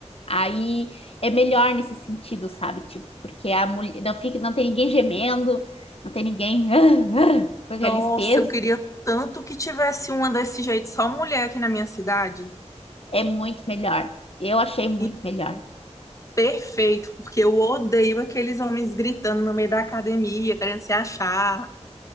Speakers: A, on the left; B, on the left.
A: Aí é melhor nesse sentido, sabe? Tipo, porque a mulher não fica, não tem ninguém gemendo, não tem ninguém <laughs> com
B: Nossa,
A: aqueles pesos.
B: eu queria tanto que tivesse uma desse jeito, só mulher aqui na minha cidade.
A: É muito melhor. Eu achei muito
B: E
A: melhor.
B: perfeito, porque eu odeio aqueles homens gritando no meio da academia, querendo se achar.